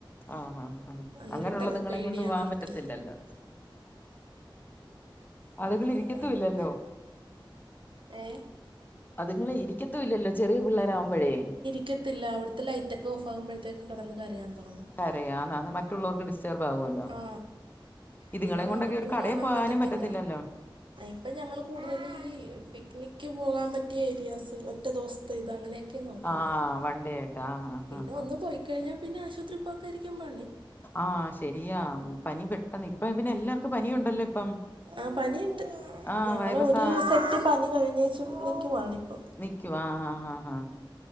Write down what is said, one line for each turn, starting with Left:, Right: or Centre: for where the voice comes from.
Left: ആഹ ആ അണ്
Right: ഇരുട്ടൊക്കെ
Left: അങ്ങനെയുള്ളകൊണ്ട്
Right: പേടിയാണ്
Left: പോവാൻ
Right: ആൾക്ക്
Left: പറ്റത്തില്ലല്ലോ
Right: അപ്പം
Left: അതുകള്
Right: അത്
Left: ഇരിക്കതുല്ലല്ലോ
Right: കാരണം ഏ
Left: അതുങ്ങള് ഇരിക്കത്തൂല്ലല്ലോ ചെറിയ പിള്ളാരാവുമ്പയ്
Right: റ്റത്തില്ല അവിടുത്തെ ലൈറ്റക്കെ ഓഫാകുമ്പഴേക്ക് കിടന്ന് കരയാൻ തുടങ്ങും
Left: കരയാന്നാ ത് മറ്റുള്ളോർക്ക് ഡിസ് ട്ടർബ് അവൊല്ല
Right: ആ
Left: ഇതുങ്ങളെയും
Right: പിന്നെ നമുക്കും
Left: കൊണ്ടൊക്കെ ഒരു കടയിൽ
Right: കാണാൻ
Left: പോകാനും
Right: പറ്റത്തില്ല
Left: പറ്റത്തില്ലല്ലോ
Right: ഇപ്പം ഞങ്ങൾ കൂടുതൽ ഈ പിക്നിക്ക് പോകാൻ പറ്റിയ ഏരിയാസ് ഒറ്റ ദെവ സത്തെ ഇത് അങ്ങനെെ ഒക്ക് ക്കെ നോക്കുന്നത്ആ
Left: ആ വൺഡേ ആയിട്ട് ആ
Right: പിന്നെ
Left: ആ ആ
Right: ഒന്ന് പോയിക്കഴിഞ്ഞാൽ പിന്നെ ആശുപത്രി പോക്കായിരിക്കും പണി
Left: ആശെരിയാ പനി പെട്ടന്ന് ഇപ്പം പിന്നെ എല്ലാർക്കും പനിണ്ടല്ലോ ഇപ്പം
Right: ആ പനിണ്ട്
Left: ആ
Right: ഞങ്ങൾ
Left: വൈറസാ
Right: ഒരു സെറ്റ് പനി കഴിഞ്ഞച്ചും നൽക്കുവാണ ഇപ്പൊ
Left: നിക്കു വാ ആ ആ ആഹ് ആഹ